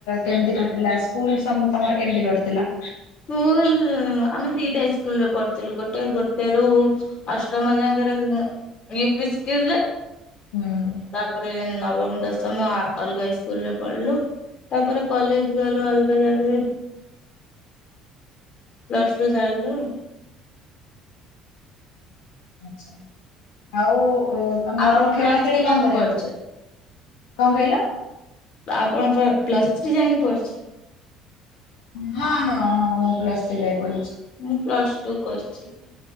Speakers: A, on the left; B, on the left.
A: କେମିତି କଟିଲା ସ୍କୁଲ୍ ତମର କେମିତି କଟିଥିଲା
B: ସ୍କୁଲ୍ ହୁ ଆମେ ଦିଟା ଇସ୍କୁଲୁରେ ପଢିଥିଲୁ ଗୋଟେ ଗୋଟେ ରୁ ଅଷ୍ଟମ ଯାଙ୍କରେ ଉପି ସ୍କୁଲ୍
A: ହୁଁ।
B: ତାପରେ ନବମ ଦଶମ ସମ ଅଲଗା ଇସ୍କୁଲ୍ ରେ ପଢିଲୁ ତାପରେ କଲେଜ୍ ଗଲୁ ଅଲଗା ଜାଗାରେ ପ୍ଲସ୍ ଟୁ ସାରିଲୁ?
A: ଆଚ୍ଛା। ଆଉ ଅ, ତୋମର
B: ଆପଣ
A: ଖେଳା
B: ପ୍ଲସ
A: ଖେଳି
B: ଥ୍ରୀ ଯାଇକି
A: କଣ କରିବା
B: ପଢିଛ
A: ଭଲ, <inaudible> କଣ କହିଲ?
B: ତ ଆପଣ ପ-ପ୍ଲସ୍ ଥ୍ରୀ ଯାଙ୍କେ ପଢ଼ିଛ?
A: ହଁ, ହଁ, ହଁ ମୁଁ ପ୍ଲସ୍ ଥ୍ରୀ ଯାଏ ପଢିଛି।
B: ମୁଁ ପ୍ଲସ୍ ଟୁ କରିଛି।